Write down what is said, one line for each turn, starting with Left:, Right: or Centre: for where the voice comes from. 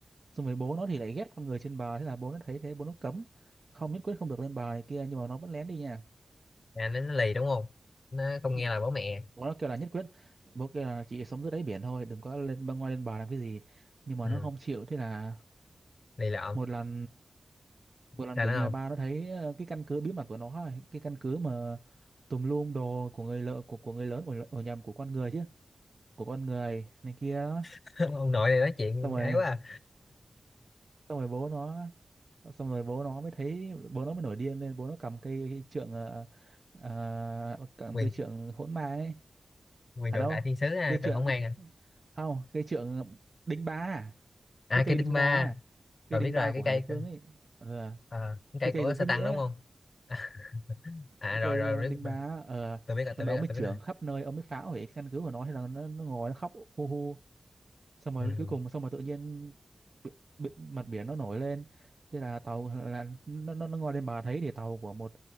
Right: xong rồi bố nó thì lại ghét con người trên bờ thế là bố nó thấy thế bố nó cấm không nhất quyết không được lên bờ này kia nhưng mà nó vẫn lén đi nha
Left: à nó, nó lì đúng không nó không
Right: Ừ.
Left: nghe lời bố mẹ
Right: bố nó kêu là nhất quyết bố kêu là chị sống dưới đáy biển thôi đừng có lên băng ngoài lên bờ làm cái gì nhưng mà
Left: ừ,
Right: nó không chịu thế là
Left: lì lợm
Right: một lần vừa lần
Left: sao
Right: kiểu
Left: nữa
Right: như
Left: không
Right: là ba nó thấy ờ, cái căn cứ bí mật của nó ấy, cái căn cứ mà tùm lum đồ của người lợ của của người lớn ở, ở nhầm của con người chứ của con người này kia đó
Left: <laughs> ông nội này nói chuyện
Right: xong rồi
Left: ấy quá à.
Right: xong rồi bố nó xong rồi bố nó mới thấy bố nó mới nổi điên lên bố nó cầm cây cái trượng ờ, ờ, cầm
Left: quyền
Right: cây trượng hỗn ma ấy
Left: quyền
Right: à
Left: trượng
Right: đâu
Left: đại thiên sứ ha
Right: cây trượng
Left: trần khổng an à
Right: không cây trượng đinh ba à?
Left: à
Right: cái cây
Left: cây đinh
Right: đinh
Left: ba
Right: ba à? cây
Left: rồi
Right: đinh
Left: biết rồi
Right: ba
Left: cái
Right: của Hải
Left: cây
Right: Vương
Left: cơ-
Right: ấy Ờ,
Left: ờ, cái cây
Right: cái cây
Left: của
Right: giống cái
Left: Satan
Right: nĩa
Left: đúng
Right: ấy.
Left: không <laughs> à,
Right: cái
Left: rồi
Right: cây
Left: rồi
Right: ờ, đinh
Left: biết
Right: ba
Left: rồi.
Right: đó ờ
Left: tôi biết rồi
Right: xong
Left: tôi
Right: rồi
Left: biết
Right: ông
Left: rồi
Right: mới
Left: tôi
Right: chưởng
Left: biết rồi
Right: khắp nơi ông mới phá hủy căn cứ của nó hay là nó nó ngồi nó khóc hu hu xong rồi
Left: ừ.
Right: cuối cùng xong rồi tự nhiên bi- bi- mặt biển nó nổi lên thế là tàu là nó nó, nó ngồi lên bờ thấy thì tàu của một